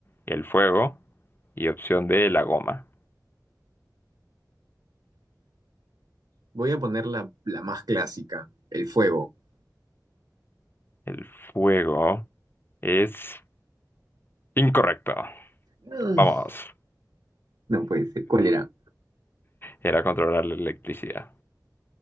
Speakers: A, on the left; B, on the right.
A: el fuego. Y opción D, la goma.
B: Voy a poner la, la más clásica, el fuego. <sighs>
A: El fuego es incorrecto.
B: Mm,
A: Vamos.
B: No puede ser. ¿Cuál era?
A: Era controlar la electricidad.